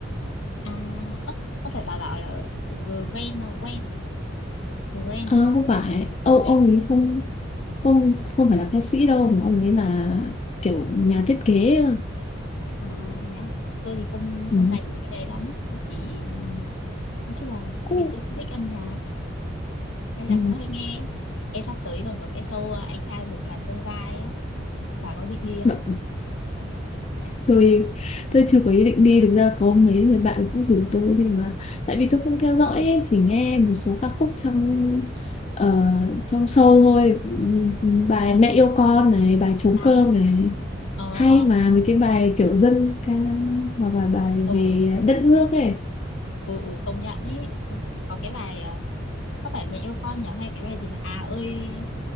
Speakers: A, on the left; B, on the left.
A: à ớ có phải bà bảo là Gwen không Gwen à Gwen
B: Ờ, không phải ông ông
A: yeah.
B: ấy không không không phải là ca sĩ đâu mà ông ấy là kiểu nhà thiết kế
A: à thì đó tôi thì không
B: ừ.
A: không dành về cái đấy lắm ấy tôi chỉ nói chung là tại
B: Ồ,
A: vì tôi cũng thích âm nhạc nên là
B: Ừ.
A: cũng hay nghe Em sắp tới còn có cái show ờ, anh trai vượt ngàn chông gai á bà có định đi không
B: Đ- tôi tôi chưa có ý định đi thực ra có mấy người bạn cũng rủ tôi nhưng mà tại vì tôi không theo dõi ấy, chỉ nghe một số ca khúc trong ờ, trong show thôi Ừ, bài mẹ yêu con này bài trống
A: à
B: cơm này
A: ờ
B: hay
A: ờ
B: mà mấy cái bài kiểu dân ca hoặc là bài
A: ừ
B: về đất nước ấy
A: ừ, ừ công nhận ý Ờ, có cái bài ờ, có phải mẹ yêu con nhỉ hay cái bài gì mà à ơi